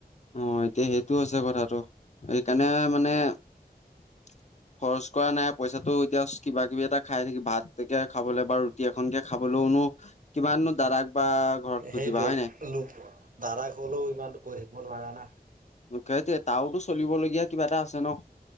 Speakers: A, on the left (about 45°); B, on the right (about 55°).
A: অ এতিয়া সেইটো হৈছে কথাটো সেইকাৰণে মানে <inaudible> খৰচ কৰা নাই পইচাটো জাষ্ট কিবা কিবি এটা খাই থাকি ভাতকে খাবলৈ বা ৰুটি এখনকে খাবলৈওনো কিমাননো দাদাক বা ঘৰত খুজিবা
B: সেইটোৱে
A: হয় নাই
B: লোক দাদাক হ'লেও ইমানতো কৈ থাকিব নোৱাৰা না
A: দুখটো তাৰওতো চলিবলগীয়া কিবা এটা আছে ন?